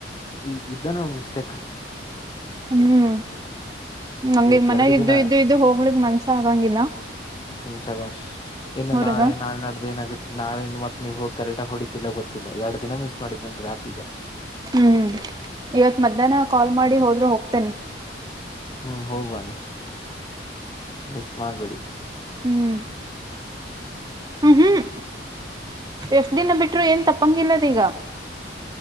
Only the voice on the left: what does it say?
ಈ ಇದ್ದ ನೋಡ ಮಿಸ್ಟೇಕ
ಇವತ್
ಎರಡು
ದಿನ
ಸುಂಚ ಬಾಸ್ ಇನ್ನು
ನಾಳೆ ನಾಳೆ ನಡ್ದ ಏನಾಗುತ್ತೆ ನಾಳೆಿಂದ ಮತ್ತತ್ ನೀವವು ಹೋಗಿ ಕರೆಕ್ಟಗ ಹೊಡಿತತಿ ಇಲ್ಲ ಗೊತ್ತಿಲ್ಲ ಎರ ದಿನ ಮಿಸ್ ಮಾಡಿದ್ದ ಅ್ರೆ ಆತೀಗ
ಹ್ಮ್ ಹೋಗ್ಬಣಿ ಮಿಸ್ ಮಾಡ್ಬೇಡಿ